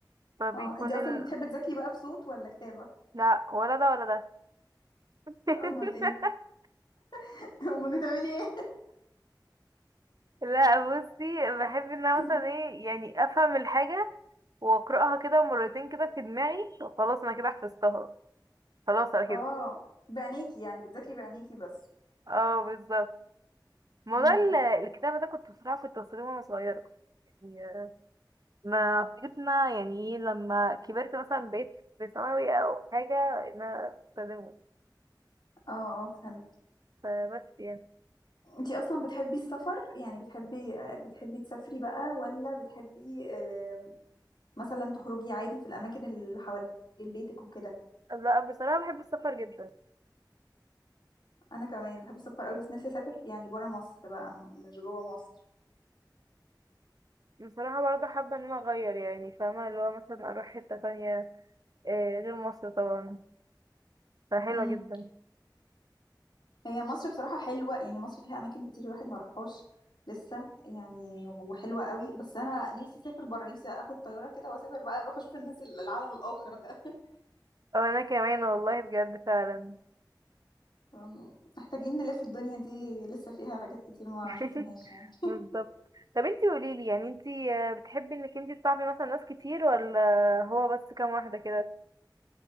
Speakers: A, on the right; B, on the left.
A: فبيكون
B: اه انتي اصلا
A: ال...
B: بتحبي تذاكري بقى بصوت ولا كتابة
A: لا ولا ده ولا ده <laughs>
B: امال ايه <laughs> امال بتعملي ايه
A: لا بصي بحب ان انا
B: <laughs>
A: مثلا ايه يعني افهم الحاجه واقراها كده مرتين كده في دماغي خلاص انا كده حفظتها خلاص على كده
B: اه بعينيكي يعني بتذاكري بعينيكي بس
A: اه بالظبط موضوع
B: امم
A: ال- الكتابة ده كنت بصراحة كنت بستخدمه وانا صغيرة يعني ما افتكرت ان أنا يعني إيه لما كبرت مثلا بقيت في ثانوي او حاجة ان انا بستخدمه
B: اه اه فهمت
A: فبس يعني
B: انتي اصلا بتحبي السفر يعني بتحبي آه، بتحبي تسافري بقى ولا بتحبي آم، مثلا تخرجي عادي في الاماكن اللي حوالين بيتك وكده
A: لا بصراحة بحب السفر جدا
B: انا كمان بحب السفر قوي بس نفسي اسافر يعني برا مصر بقى م- مش جوه مصر
A: بصراحة برضه حابة ان انا اغير يعني فاهمة اللي هو مثلا اروح حتة تانية آه، غير مصر طبعا فحلوة
B: امم
A: جدا
B: هي مصر بصراحه حلوه يعني مصر فيها اماكن كتير الواحد ما راحهاش لسه يعني وحلوه قوي بس انا نفسي اسافر برا نفسي اخد طياره كده واسافر بقى اروح اشوف الناس ال- العالم الاخر ده <laughs>
A: او انا كمان والله بجد فعلا
B: أم، محتاجين نلف الدنيا دي لسه فيها حاجات كتير ما
A: <laughs>
B: شفناهاش يعني
A: بالظبط طب انتي قوليلي يعني انتي آه، بتحبي انك انتي تصاحبي مثلا ناس كتير ولا هو بس كام واحدة كده